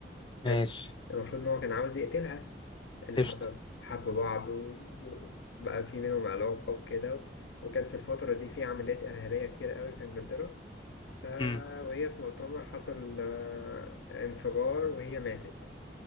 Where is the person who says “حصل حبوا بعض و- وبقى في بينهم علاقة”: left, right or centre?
Left